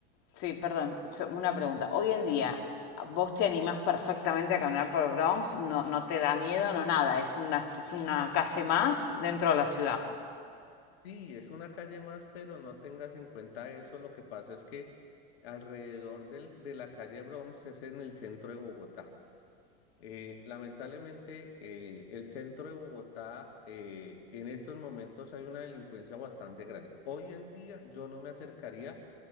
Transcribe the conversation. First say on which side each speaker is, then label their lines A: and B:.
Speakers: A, on the left (about 55°); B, on the left (about 80°).
A: Sí, perdón, so- una pregunta. Hoy en día, ¿vos te animás perfectamente a caminar por el Bronx? No, no te da miedo, no nada. Es una, es una calle más dentro de la ciudad.
B: sí, es una calle más, pero no tengas en cuenta eso. Lo que pasa es que alrededor del- de la calle Broms es en el centro de Bogotá. Eh, lamentablemente, eh, el centro de Bogotá, eh, en estos momentos hay una delincuencia bastante grande. Hoy en día yo no me acercaría